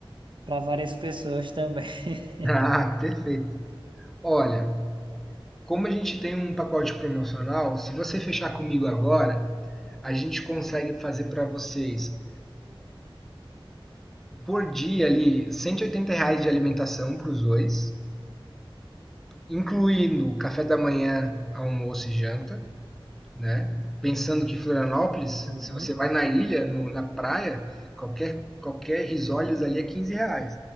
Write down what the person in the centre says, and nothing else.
Ah, perfeito. Olha, como a gente tem um pacote promocional, se você fechar comigo agora, a gente consegue fazer para vocês por dia ali R$ 180 reais de alimentação para os dois, incluindo café da manhã, almoço e janta. né? Pensando que Florianópolis,
se você vai na ilha, no- na praia, qualquer qualquer risoles ali é 15 reais.